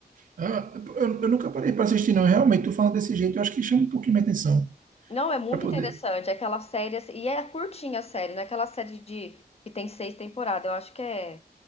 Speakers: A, on the right; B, on the left.
A: ah, eu, eu nunca parei para assistir, não. Realmente, tu falando desse jeito, eu acho que chama um pouquinho minha atenção.
B: Não, é muito
A: Pra poder.
B: interessante. É Aquela série, assim, e é curtinha a série, não é aquela série de que tem seis temporadas. Eu acho que é.